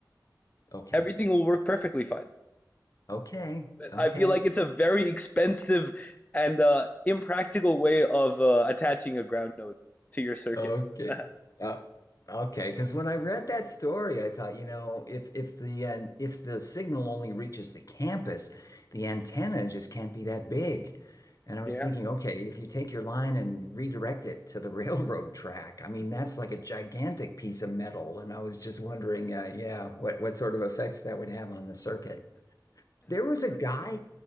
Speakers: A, on the left; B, on the left.
A: Okay.
B: Everything will work perfectly fine.
A: Okay. Okay.
B: I feel like it's a very expensive and uh, impractical way of uh, attaching a ground node to your circuit.
A: Okay.
B: <laughs>
A: Uh, okay. Because when I read that story, I thought, you know, if if the an if the signal only reaches the campus, the antenna just can't be that big. And I was
B: Yeah.
A: thinking, okay, if you take your line and redirect it to the <laughs> railroad track, I mean, that's like a gigantic piece of metal. And I was just wondering, uh, yeah, what what sort of effects that would have on the circuit. There was a guy,